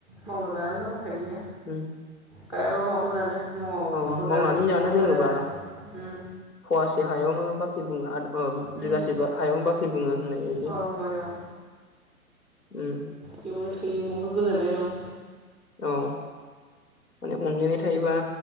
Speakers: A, in the centre; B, on the left.
A: मावना जाया नांगौ थाहैयो।
B: होम।
A: गायाबाखौ माखौ जानो। मावाबाबो
B: औ
A: माखौ
B: मावनानै जानो
A: माखौ मोनजानो
B: रोङोबा
A: उम
B: फवासे हायावनो बा बुङो आर ओ
A: उम
B: बिगासे हायावनो बाख्रि बुङो। होननाय बायदि
A: औ मामाय औ।
B: उम।
A: बेयावनो थैयो बेयावनो गोजोननाय दं
B: औ। माने अनलायनाय थायोबा